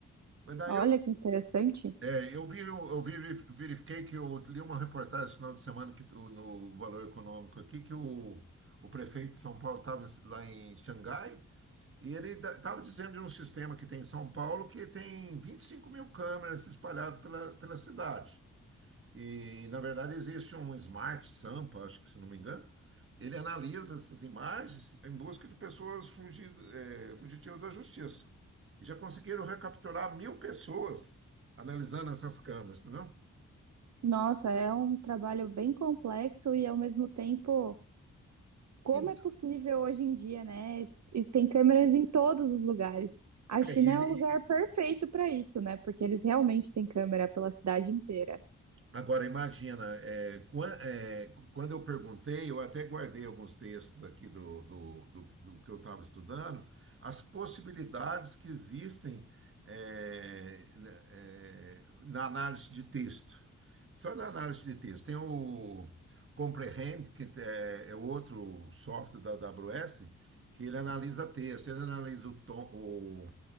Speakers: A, on the right; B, on the right.
A: Mas daí
B: Olha que interessante.
A: é, eu vi, eu veri- verifiquei que eu li uma reportagem no final de semana que, o- no Valor Econômico aqui que o, o prefeito de São Paulo estava lá em Xangai e ele estava dizendo de um sistema que tem em São Paulo que tem 25 mil câmeras espalhadas pela, pela cidade. E, na verdade, existe um Smart Sampa, acho que se não me engano. Ele analisa essas imagens em busca de pessoas fugido- eh, fugitivas da justiça. E já conseguiram recapturar mil pessoas analisando essas câmeras, entendeu?
B: Nossa, é um trabalho bem complexo e ao mesmo tempo, como
A: E,
B: é possível hoje em dia, né? E tem câmeras em todos os lugares. A China
A: é, e-
B: é um lugar perfeito para isso, né? Porque eles realmente têm câmera pela cidade inteira.
A: Agora, imagina, é, quan- é, quando eu perguntei, eu até guardei alguns textos aqui do, do, do, do que eu estava estudando, as possibilidades que existem é, né, é, na análise de texto. Só na análise de texto. Tem o Comprehend, que é, é outro software da AWS, que ele analisa texto, ele analisa o tom, o,